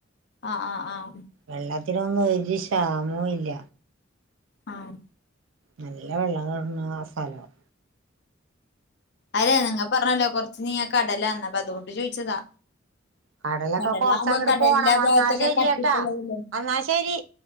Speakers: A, on the left; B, on the right.
A: അഹ് അഹ് ആഹ്
B: വെള്ളം ത്തിനൊന്നും ഒരു ക്ഷാമോം ഇല്ല
A: ആഹ്
B: നല്ല വെള്ളം കാണുന്നാ ആ സ്ഥലം
A: അല്ല നിങ്ങ പറഞ്ഞല്ലോ കൊറ് ന്നീ ആ കടലാന്ന അപ്പ അതുകൊണ്ട് ചോയ്ച്ചതാ
B: കടലൊക്കെ
A: കടലാവുമ്പോ
B: കൊറച്ചങ്ങട്
A: കടലിലാ
B: പോണം
A: ഭാഗ്ത്തൊക്കെ
B: എന്നാ ശരിയേട്ടാ
A: കട്ടിപ്പോള്ളതല്ലേ
B: എന്നാ ശരി